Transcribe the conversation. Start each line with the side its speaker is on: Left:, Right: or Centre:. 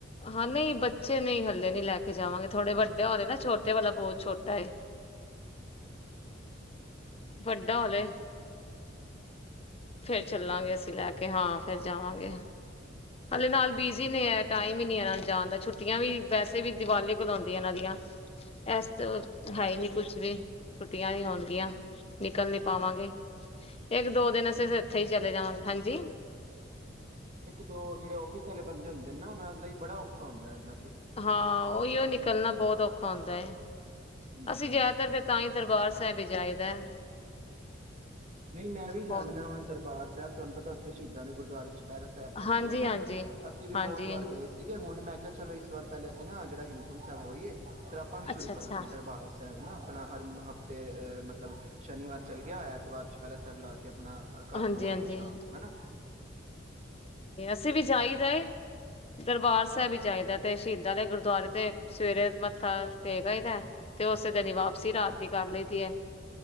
Left: ਹਾਂ ਨਹੀਂ ਬੱਚੇ ਨਹੀਂ ਹੱਲੇ ਨਹੀਂ ਲੈ ਕੇ ਜਾਵਾਂਗੇ ਥੋੜੇ ਵੱਡੇ ਹੋ ਰਹੇ ਨਾ ਛੋਟੇ ਵਾਲਾ ਬਹੁਤ ਛੋਟਾ ਹੈ ਵੱਡਾ ਹੋਲੇ। ਫਿਰ ਚੱਲਾਂਗੇ
Right: ਹਾਂ
Left: ਅਸੀਂ ਲੈ ਕੇ ਹਾਂ ਫਿਰ ਜਾਵਾਂਗੇ ਹਲੇ ਨਾਲ ਬਿਜੀ ਨੇ ਏਹ ਟਾਈਮ <unintelligible> ਜਾਣ ਦਾ ਛੁੱਟੀਆਂ ਵੀ ਵੈਸੇ ਵੀ ਦੀਵਾਲੀ ਕੋਲ ਆਉਂਦੀ ਇਹਨਾਂ ਦੀਆਂ ਐਸ ਹੈ
Right: ਅੱਛਾ
Left: ਨਹੀਂ ਕੁਛ ਵੀ ਛੁੱਟੀਆਂ ਨਹੀਂ ਹੋਣਗੀਆਂ
Right: ਹਾਂ
Left: ਨਿਕਲ ਨੀ
Right: ਨਾਲੇ
Left: ਪਾਵਾਂਗੇ,
Right: ਫਿਰ ਤੁਹਾਨੂੰ ਪਤਾ
Left: ਇਕ
Right: ਆਫਿਸ
Left: ਦੋ
Right: ਵਾਲੇ
Left: ਦਿਨ
Right: ਬੰਦਿਆਂ
Left: ਅਸੀਂ
Right: ਦਾ
Left: ਇੱਥੇ
Right: ਨਾ
Left: ਹੀ
Right: ਬੜਾ
Left: ਚਲੇ
Right: ਔਖਾ
Left: ਜਾਵਾਂਗੇ ਹਾਂਜੀ
Right: ਉਹ ਜਿਹੜੇ ਆਫਿਸ ਵਾਲੇ ਬੰਦੇ ਹੁੰਦੇ ਨਾ ਉਹਨਾਂ ਲਈ ਬੜਾ ਔਖਾ ਹੁੰਦਾ ਏਦਾ।
Left: ਹਾਂ ਉਹੀ ਉਹ ਨਿਕਲਣਾ ਬਹੁਤ ਔਖਾ ਹੁੰਦਾ ਹੈ
Right: ਹਾਂਜੀ
Left: ਅਸੀਂ
Right: ਹਾਂਜੀ
Left: ਜਿਆਦਾਤਰ ਫਿਰ ਤਾਂ ਹੀ ਦਰਬਾਰ ਸਾਹਿਬ ਜਾਏਗਾ।
Right: ਨਹੀਂ ਮੈਂ ਵੀ ਜਾਨਾ
Left: ਹੋਰ
Right: ਵਾ ਦਰਬਾਰ ਸਾਹਿਬ। ਤੁਹਾਨੂੰ ਪਤਾ ਉੱਥੇ ਸ਼ਹੀਦਾਂ ਦੇ ਗੁਰਦੁਆਰੇ ਚ ਚੁਪਹਿਰਾ ਸਾਹਿਬ ਕੱਟ
Left: ਹਾਂਜੀ
Right: ਦੇ ਆ ਨਾ
Left: ਹਾਂਜੀ
Right: ਅਸੀ ਵੀ
Left: ਹਾਂਜੀ
Right: ਬਹੁਤ ਵਾਰ ਗਏ ਸੀਗੇ ਹੁਣ ਮੈਂ ਚਲੋ, ਇਸ ਵਾਰ ਪਹਿਲੇ ਅਸੀਂ ਨਾ ਜਿਹੜਾ ਹੇਮਕੁੰਡ ਸਾਹਿਬ ਹੋ ਆਈ ਐ। ਆਪਾਂ ਵੀ
Left: ਅੱਛਾ
Right: ਸ਼ੁਰੂ ਕਰਾਂਗੇ,
Left: ਅੱਛਾ
Right: ਦਰਬਾਰ ਏ ਵੇਨਾ ਆਪਣਾ ਹਰ ਮ ਹਫਤੇ ਮਤਲਬ ਸ਼ਨੀਵਾਰ ਚਲ ਗਿਆ, ਐਤਵਾਰ ਚੁਪਹਿਰਾ ਸਾਹਿਬ ਲਾ ਕੇ ਨਾ ਨਾ ਘਰ
Left: ਹਾਂਜੀ
Right: ਨੂੰ ਆ
Left: ਹਾਂਜੀ
Right: ਗਿਆ ਸ਼ਾਮ ਨੂੰ, ਹਨਾ।
Left: ਸੇ ਵੀ ਜਾਈ ਜਾਏ ਦਰਬਾਰ ਸਾਹਿਬ ਵਿਚ ਜਾਇਦਾਤ ਸ਼ਹੀਦਾਂ ਨੇ ਗੁਰਦੁਆਰੇ ਤੇ ਸਵੇਰੇ ਮੱਥਾ ਟੇਕ ਆਈਦਾ ਹੈ ਤੇ ਉਸੇ ਦਿਨ
Right: ਅੱਛਾ,
Left: ਹੀ ਵਾਪਸੀ ਰਾਤ ਦੀ ਕਰ ਲਈ। ਕੀ ਹ।